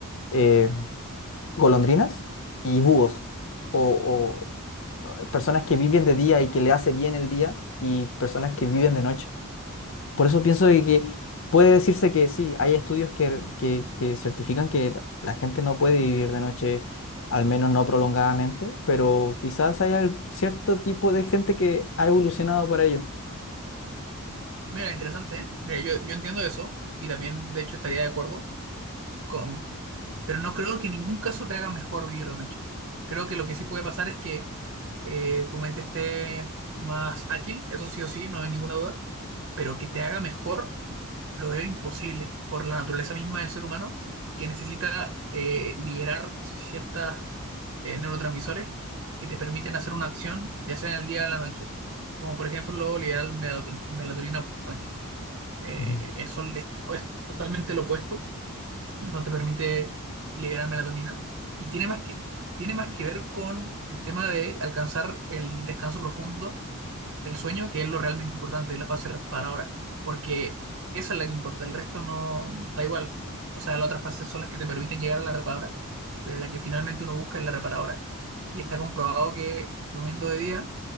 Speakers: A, on the left; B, on the right.
A: eh, golondrinas y búhos, o, o eh, personas que viven de día y que le hace bien el día, y personas que viven de noche. Por eso pienso de que puede decirse que sí, hay estudios que, que, que certifican que la gente no puede vivir de noche, al menos no prolongadamente, pero quizás hay al- cierto tipo de gente que ha evolucionado para ello.
B: Mira, interesante, ¿eh? Mira, yo, yo entiendo eso y también de hecho estaría de acuerdo con, pero no creo que en ningún caso te haga mejor vivir de noche. Creo que lo que sí puede pasar es que eh, tu mente esté más ágil, eso sí o sí, no hay ninguna duda, pero que te haga mejor lo veo imposible por la naturaleza misma del ser humano, que necesita eh, liberar ciertas eh, neurotransmisores que te permiten hacer una acción, ya sea en el día o en la noche, como por ejemplo liberar melato- melatonina por la noche. Eh,
A: Ujú. <laughs>
B: el sol es, es totalmente lo opuesto, no te permite liberar melatonina y tiene más que, tiene más que ver con el tema de alcanzar el descanso profundo del sueño, que es lo realmente importante y la fase reparadora, porque esa es la que importa, el resto no da igual. O sea, las otras fases son las que te permiten llegar a la reparadora, pero la que finalmente uno busca es la reparadora. Y está comprobado que durmiendo de día